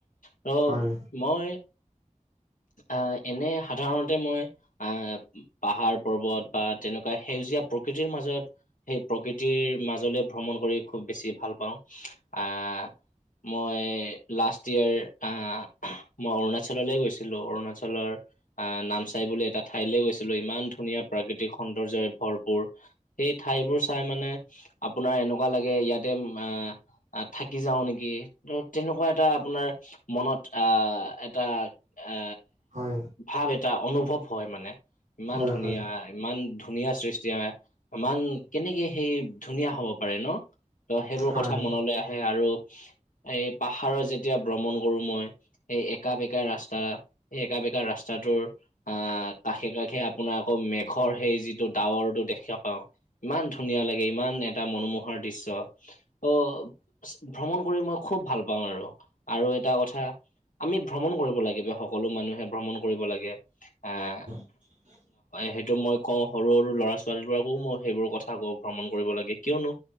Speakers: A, on the left; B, on the right.
A: ত
B: হয়
A: মই আহ এনে সাধাৰণতে মই আহ পাহাৰ-পৰ্বত বা তেনেকুৱা সেউজীয়া প্ৰকৃতিৰ মাজত সেই প্ৰকৃতিৰ মাজলৈ ভ্ৰমণ কৰি খুব বেছি ভাল পাওঁ আহ মই লাষ্টইয়েৰ আহ মই অৰুণাচললৈ গৈছিলো অৰুণাচলৰ আহ নামচাই বুলি এটা ঠাইলৈ গৈছিলো ইমান ধুনীয়া প্ৰাকৃতিক সৌন্দৰ্যৰে ভৰপুৰ। সেই ঠাইবোৰ চাই মানে আপোনাৰ এনেকুৱা লাগে ইয়াতে আহ থাকি যাওঁ নেকি ত তেনেকুৱা এটা আপোনাৰ মনত আহ এটা এ
B: হয়।
A: ভাৱ এটা অনুভৱ হয় মানে ইমান
B: হয় হয়
A: ধুনীয়া।
B: হয়
A: ইমান ধুনীয়া সৃষ্টি হয়ে ইমান কেনেকে সেই ধুনীয়া হব পাৰে ন। ত সেইবোৰ
B: হয়
A: কথা মনলৈ আহে আৰু এই পাহাৰত যেতিয়া ভ্ৰমণ কৰো মই এই একা-বেকা ৰাস্তা এই একা-বেকা ৰাস্তাটোৰ আহ কাষে-কাষে আপোনাৰ আকৌ মেঘৰ সেই যিটো ডাৱৰটো দেখা পাওঁ ইমান ধুনীয়া লাগে ইমান এটা মনোমোহাৰ দৃশ্য ত ভ্ৰমণ কৰি মই খুব ভাল পাওঁ আৰু। আৰু এটা কথা আমি ভ্ৰমণ কৰিব লাগিব সকলো মানুহে ভ্ৰমণ কৰিব লাগে আহ
B: <unintelligible>
A: সেইটো মই কওঁ সৰু সৰু ল'ৰা-ছোৱালীবোৰকো মই সেইবোৰ কথা কওঁ ভ্ৰমণ কৰিব লাগে। কিয়নো